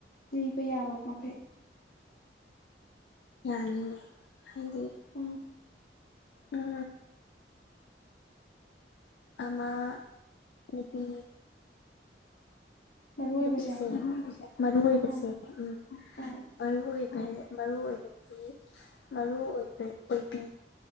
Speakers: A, on the left (about 55°); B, on the left (about 70°).
A: ꯂꯤꯕ ꯌꯥꯕ ꯃꯈꯩ
B: ꯌꯥꯅꯤ ꯍꯥꯏꯗꯤ
A: ꯎꯝ
B: ꯎꯝ ꯑꯃ ꯅꯨꯄꯤ
A: ꯃꯔꯨꯑꯣꯏꯕꯁꯦ
B: ꯅꯨꯄꯤꯁꯦ ꯃꯔꯨ ꯑꯣꯏꯕꯁꯦ
A: ꯑꯥ
B: ꯎꯝ
A: ꯑꯥ
B: ꯃꯔꯨ ꯑꯣꯏꯕ ꯃꯔꯨ ꯑꯣꯏꯕꯒꯤ ꯃꯔꯨꯕ ꯑꯣꯏꯕꯤ